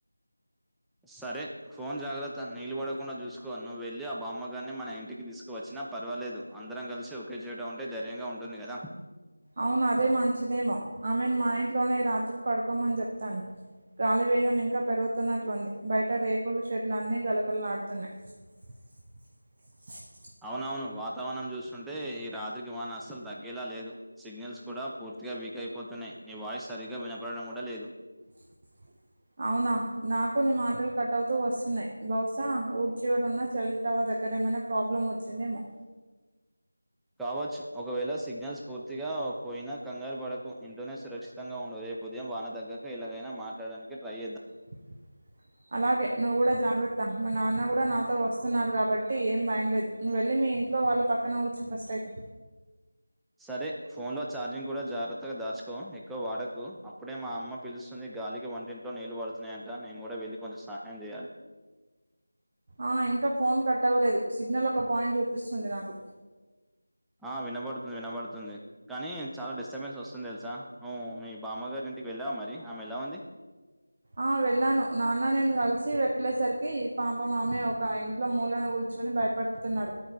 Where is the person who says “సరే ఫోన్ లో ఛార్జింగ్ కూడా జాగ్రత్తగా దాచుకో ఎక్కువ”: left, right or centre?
Centre